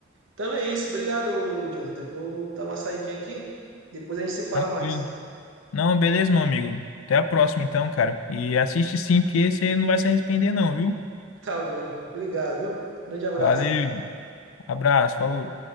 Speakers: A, on the right (about 65°); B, on the left (about 80°).
A: Então é isso. Obrigado, Jonathan. Eu vou dar uma saidinha aqui. Depois a gente se fala
B: Tranquilo.
A: mais.
B: Não, beleza, meu amigo. Até a próxima então, cara. E assiste sim, porque você não vai se arrepender não, viu?
A: Tá bom. Obrigado, viu? Grande abraço.
B: Valeu. Abraço, falou.